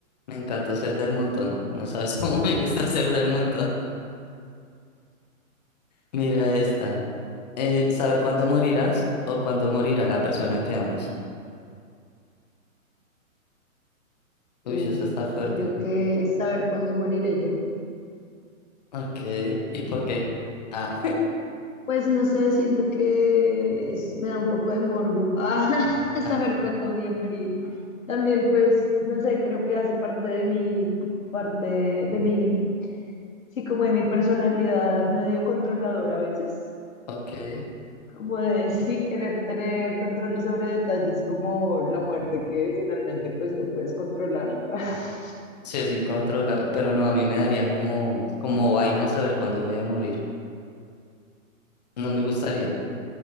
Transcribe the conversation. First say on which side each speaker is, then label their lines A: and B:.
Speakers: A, on the left; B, on the left.
A: Me encanta ser del montón. No sabes <laughs> cómo me gusta ser del montón. Mira esta. Eh, saber cuándo morirás o cuándo morirá la persona que amas. Uy,
B: Uf,
A: esa está fuerte.
B: creo que es saber cuándo moriré yo.
A: Ok, ¿y por qué? Ah,
B: Pues no sé, siento que es- me da un poco de morbo <laughs> ah,
A: ah,
B: saber cuándo voy a morir. También, pues, no sé, creo que hace parte de mi parte, de mi, sí, como de mi personalidad medio controladora a veces,
A: ok.
B: como de sí querer tener control sobre detalles como la muerte que finalmente pues no puedes controlar. <laughs>
A: Sí, es incontrolable, pero no, a mí me daría como, como vaina saber cuándo voy a morir. No me gustaría.